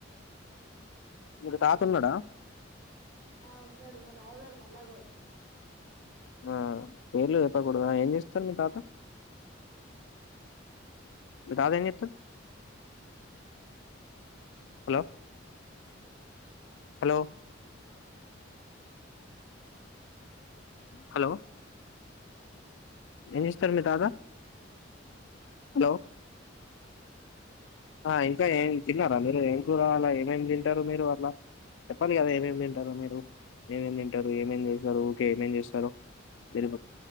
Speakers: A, on the left (about 70°); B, on the right (about 85°).
A: మీకు తాతున్నడా
B: ఆ ఉన్నాడు తాత పేరు మల్ల గౌడ్
A: ఆ పేర్లు చెప్పకూడదు ఏం చేస్తారు మీ తాత మీ తాత ఏం చేస్తారు హలో హలో హలో ఏం చేస్తారు మీ తాత హలో ఆ ఇంకా ఏం తిన్నారా మీరు ఏం కుర రావాలా ఏమేమి తింటారు మీరు అట్లా చెప్పాలి కదా ఏమేమి తింటారు మీరు ఏమేమి తింటారు ఏమేం చేస్తారు ఓకే ఏమేం చేస్తారు మీరు